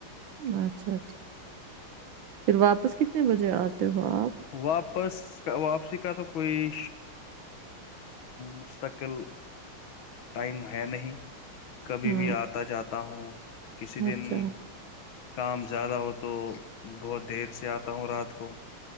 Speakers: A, on the right; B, on the left.
A: اچھا پھر واپس کتنے بجے آتے ہو آپ؟
B: واپس واپسی کا تو کوئی مستقل ٹائم ہے نہیں کبھی
A: ہاں۔
B: بھی آتا جاتا ہوں کسی دن
A: اچھا،
B: کام زیادہ ہو تو بہت دیر سے آتا ہوں رات کو